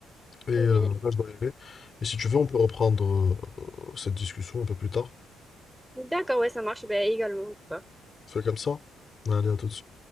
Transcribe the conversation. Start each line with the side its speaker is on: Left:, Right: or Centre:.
Left: et euh,
Centre: Oui.
Left: là je dois y aller. Et si tu veux, on peut reprendre euh, cette discussion un peu plus tard.
Centre: D'accord, ouais, ça marche, bah, également, en tout cas.
Left: On fait comme ça. Allez, à tout de suite.